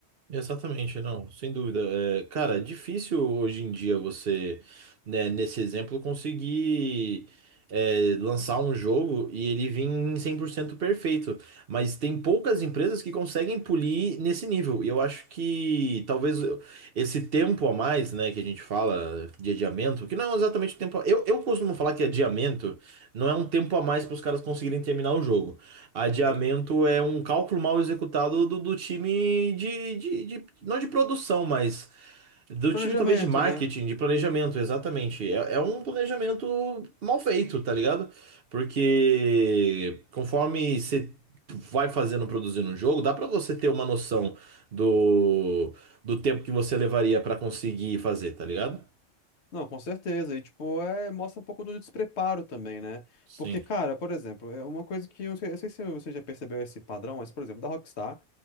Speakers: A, on the right; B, on the left.
A: Exatamente, não, sem dúvida. É, cara, é difícil hoje em dia você, né, nesse exemplo, conseguir é, lançar um jogo e ele vir em 100% perfeito. Mas tem poucas empresas que conseguem polir nesse nível. E eu acho que talvez eu- esse tempo a mais, né, que a gente fala de adiamento, que não é exatamente o tempo. Eu, eu costumo falar que adiamento não é um tempo a mais para os caras conseguirem terminar o jogo. Adiamento
B: Uhum.
A: é um cálculo mal executado do, do time de, de, de- Não de produção, mas do
B: Planejamento,
A: time talvez de marketing,
B: né?
A: de planejamento, exatamente. É, é um planejamento mal feito, tá ligado? Porque conforme você vai fazendo, produzindo um jogo, dá pra você ter uma noção do, do tempo que você levaria pra conseguir fazer, tá ligado?
B: Não, com certeza. E, tipo, é, mostra um pouco do despreparo também, né?
A: Sim.
B: Porque, cara, por exemplo, é uma coisa que eu, sei- eu sei se você já percebeu esse padrão, mas, por exemplo, da Rockstar,